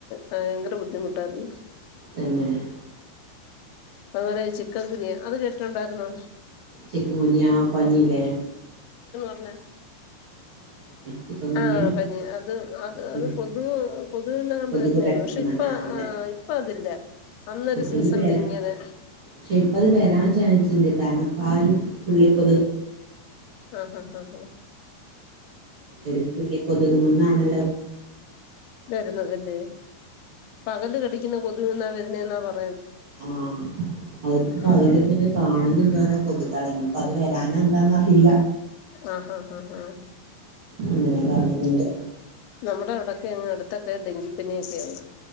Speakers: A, on the left; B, on the right.
A: ഭയങ്കര ബുദ്ധിമുട്ട് ട്ടാണ്
B: തന്നെയെ
A: അതുപോലെ ചിക്കൻ കുനിയാ അത് കേട്ടിട്ടുണ്ടായിരുന്നോ
B: ചിക്കൻകുനിയാ ആ പനില്ലേ
A: ന്നാ
B: ചിക്കൻ ഗുനിയ
A: ആഹ പനി അത് അത് അത്
B: ഉം
A: കൊതുക് കൊതുകിൽനിന്നാണ്ട്
B: കൊതുക്
A: വരുന്നരുന്നു
B: പരത്തുന്ന
A: പക്ഷെ ഇപ്പ
B: ആഹ് അതെ
A: ആ ഇപ്പ അതില്ല അന്നൊരു
B: ഇപ്പ
A: സീസണില്
B: ഇനി വരാ
A: ഇങ്ങനെ
B: പക്ഷെ ഇപ്പ അത് വരാൻ ചാൻസ് ഉണ്ട് കാരണം ഇപ്പ ആ ഒരു പുള്ളിക്കൊതുക്
A: ആഹ് ഹഹ് ഹഹ് ഹഹ്
B: ഒരു പുള്ളി കൊതുക്മന്നാണല്ലോ
A: വരുന്നതല്ലേ പകല് കടിക്കുന്ന കൊതുകി എന്ന വരുന്ന എന്നാ പറ
B: ആഹ അതിപ്പോ പകലിങ്ങനെ
A: ഉം
B: കാണുന്നുണ്ടോരോ കൊതുകളഞ്ഞി അത് വരാന എന്താന്നറിയില്ല
A: ആഹ് ഹഹ് ആഹ് ഹഹ്
B: അങ്ങനെ കാണുന്നുണ്ട്
A: നമ്മുടെ ഇവിടക്കെങ്ങ് അടുത്തൊക്കെ ഡെങ്കിപ്പനിയൊക്കെ ആയി